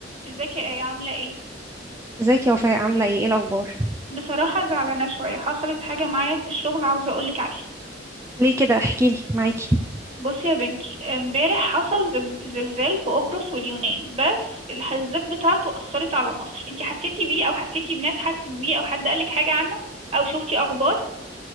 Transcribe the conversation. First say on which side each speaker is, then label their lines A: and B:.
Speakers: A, on the right; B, on the right.
A: ازيك يا ايه عامله ايه
B: ازيك يا وفاء عاملة ايه ايه الأخبار
A: بصراحه زعلانه شويه حصلت حاجه معايا في الشغل عاوزه اقولك عليها
B: ليه كده احكيلي معاكي
A: بصي يا بنتي امبارح حصل زب- زلزال في قبرص واليونان بس الهزات بتاعته اثرت على مصر انتي حسيتي بيه او حسيتي بناس حست بيه او حد قالك حاجه عنه او شفتي اخبار